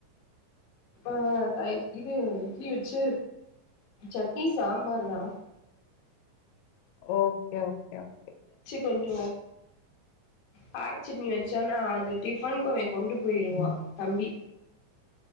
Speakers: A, on the left (about 65°); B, on the left (about 85°).
A: அ இது இட்லி வச்சு சட்னி சாம்பார் தா
B: ஓகே ஓகே ஓகே
A: கொஞ்ச காரசட்னி வச்சன்னா அத டிஃபன்கு கொண்டு போயிருவா
B: ம்
A: தம்பி